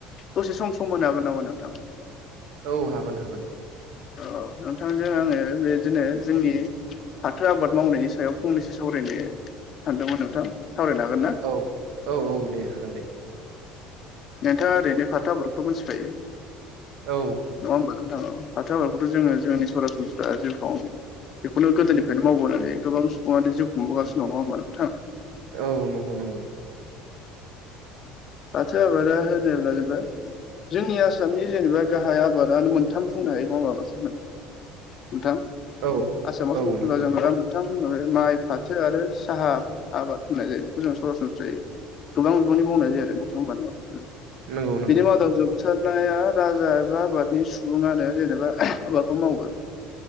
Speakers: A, on the left; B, on the right.
A: दसे सम सम मोननो हागोन नामा नोंथां?
B: औ हागोन हागोन।
A: औ नोंथांजों आङो बेदिनो जोंनि फाथो आबाद मावनायनि सायाव फंनैसो सावरायनो सानदोंमोन नोंथां सावरायनो हागोन ना?
B: औ औ औ दे हागोन दे।
A: नोंथाङा ओरैनो फाथो आबादखौथ' मिथिखायो।
B: औ
A: नङा होमबा नोंथां औ फाथो आबादखौथ' जोङो जोंनि सरासनस्रा जिउखौ बेखौनो गोदोनिफ्रायनो मावबोनानै गोबां सुबुङानो जिउ खुंबोगासिनो दङ नङा होनबा नोंथां?
B: औ नंगौ नंगौ
A: फाथो आबादा होनोबा जोबोर जोंनि आसामनि जेनेबा गाहाय आबादानो मोनथाम बुंनो हायो नडा होनबा नोंथां? मोनथाम
B: औ
A: आसामाव
B: औ
A: <unintelligible>
B: नंगौ
A: जों नङा मोनथाम माइ फाथो आरो साहा आबाद होननाय जायो बेखौ जों सरासनस्रायै गोबां बिबांनि मावनाय जायो आरो नोंथां
B: नंगौ नंगौ
A: बिनि मादाव जों सोरबाया राजा एबा आबादनि सुबुङानो जेनेबा आबादखौ मावो।